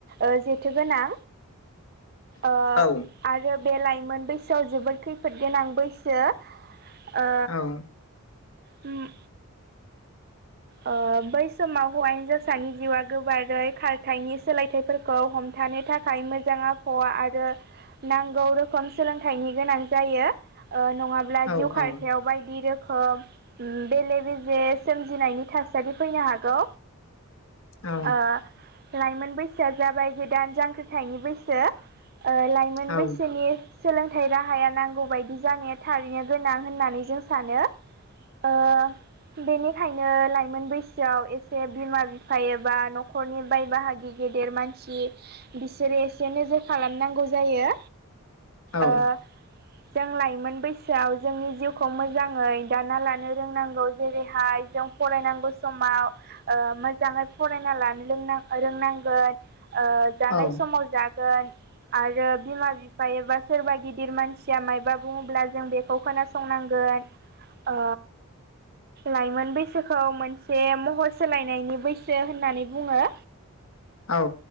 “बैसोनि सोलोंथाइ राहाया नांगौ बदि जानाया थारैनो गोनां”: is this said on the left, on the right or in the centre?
Right